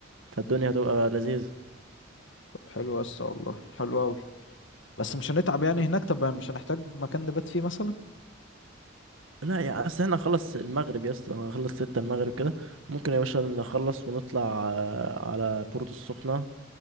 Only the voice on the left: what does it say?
طب حلو يا اسطى والله حلو أوي بس مش هنتعب يعني
هناك طب مش هنحتاج مكان نبات فيه مثلا